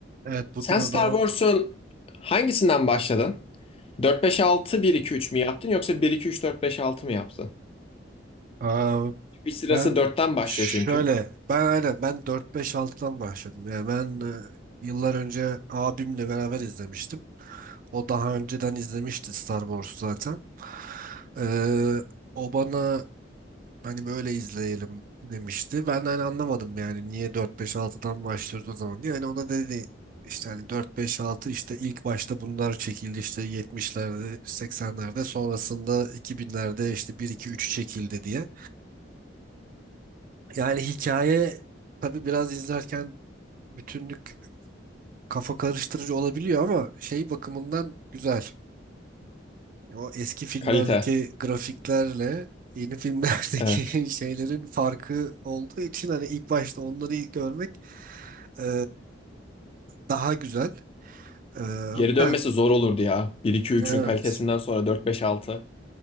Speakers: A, on the right; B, on the left.
A: Evet bugün
B: Sen Star
A: o zaman
B: Wars'un hangisinden başladın? Dört beş altı bir iki üç mü yaptın yoksa bir iki üç dört beş altı mı yaptın?
A: Aa,
B: Bir sırası
A: ben
B: dörtten başlıyor
A: şöyle
B: çünkü.
A: ben aynen ben dört beş 6dan başladım. Yani ben e, yıllar önce abimle beraber izlemiştim. O daha önceden izlemişti Star Wars'u zaten. Ee, o bana hani böyle izleyelim demişti. Ben de hani anlamadım yani niye dört beş altıdan başlıyoruz o zaman diye. Hani ona dedi işte hani dört beş altı işte ilk başta bunlar çekildi işte 70'lerde 80'lerde sonrasında 2000'lerde işte bir iki 3 çekildi diye. Yani hikaye tabii biraz izlerken bütünlük kafa karıştırıcı olabiliyor ama şey bakımından güzel. O eski filmlerdeki
B: Kalite.
A: grafiklerle yeni filmlerdeki
B: Evet.
A: <laughs> şeylerin farkı olduğu için hani ilk başta onları ilk görmek eee, daha güzel. Eee,
B: Geri dönmesi
A: ben
B: zor olurdu ya. Bir iki üçün
A: evet.
B: kalitesinden sonra dört beş altı.